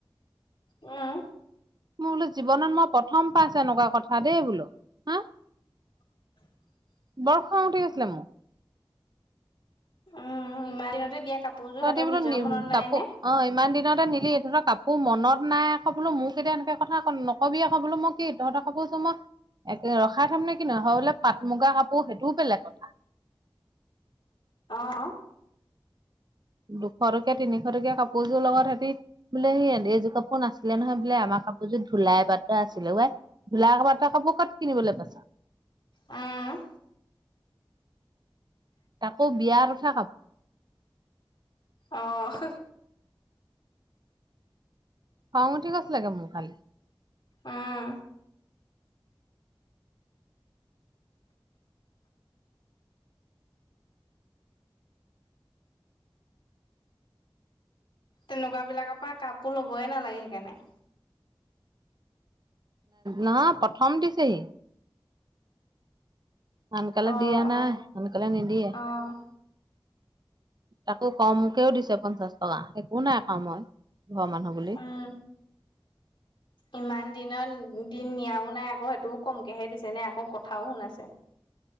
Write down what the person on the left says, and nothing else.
উম।
<unintelligible>
উম ইমান দিনতে দিয়া কাপোৰযোৰ
সিহঁতৰ
নিজৰ
মনত নাই
নে?
অ।
উম।
অহ।
উম, তেনেকুৱা বিলাকৰ পৰা কাপোৰ ল'বই নালাগে সেইকাৰণে।
অ',
অ',
অ',
উম। ইমান দিনৰ দিন নিয়াও নাই আকৌ সেইটোও কমকেহে দিছে নে আকৌ কথাও শুনাাইছে।